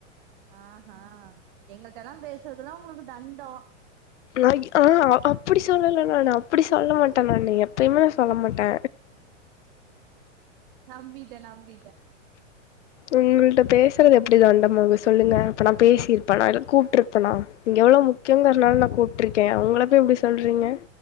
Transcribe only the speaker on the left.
நா இப் ஆ அப்படி சொல்லல நானு அப்படி சொல்ல மாட்டே நானு எப்பயுமே சொல்ல மாட்டே
உங்கள்ட்ட பேசுறது இப்டிதா அந்தம்மாவூ சொல்லுங்க அப்ப நா பேசியிருப்போனா இல்ல கூப்ட்டிருப்பனா நீங்க எவ்ளோ முக் முக்கியங்கரனால நா கூப்ட்டுருக்கே உங்கள போய் இப்டி சொல்றீங்க